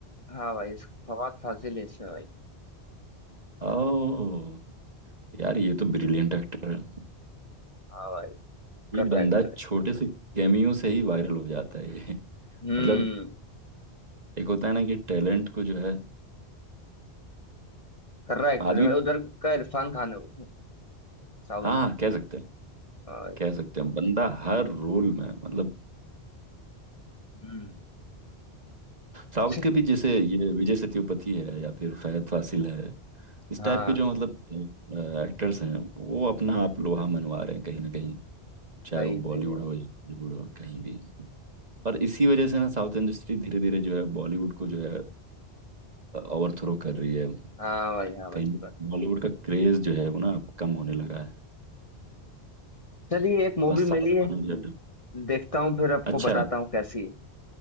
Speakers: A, on the left (about 30°); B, on the right (about 40°).
A: हाँ भाई इसका फवाद फाजिल है इसमें भाई
B: ओ यार ये तो ब्रिलियंट एक्टर है
A: हाँ भाई
B: ये
A: कर्रा
B: बंदा
A: एक्टर है
B: छोटे से कैमियो से ही वायरल हो जाता है ये <laughs>
A: हम्म
B: मतलब एक होता है ना कि टैलेंट को जो है
A: कर्रा एक्टर
B: आदमी
A: है भाई उधर का इरफान खान है वो साउथ
B: हाँ हाँ
A: का
B: कह सकते हैं
A: हाँ भाई
B: कह सकते हैं बंदा हर रोल में मतलब
A: हम्म
B: साउथ
A: <laughs>
B: के भी जैसे ये विजय सेतुपति है या फिर फहद फासिल है इस
A: हाँ
B: टाइप के जो मतलब एक्टर्स हैं वो अपना आप लोहा मनवा रहे हैं कहीं ना कहीं चाहे
A: सही
B: वो
A: सही
B: बॉलीवुड
A: है
B: हो या बॉलीवुड हो कहीं भी और इसी वजह से ना साउथ इंडस्ट्री धीरे धीरे जो है बॉलीवुड को जो है ओवरथ्रो कर रही है
A: हाँ भाई हाँ भाई
B: कहीं
A: ये बात तो
B: बॉलीवुड
A: है
B: का क्रेज जो है वो ना अब कम होने लगा है
A: चलिए एक मूवी
B: और साउथ
A: मिली है
B: वाले जो है
A: देखता हूँ फिर आपको
B: अच्छा
A: बताता हूँ कैसी है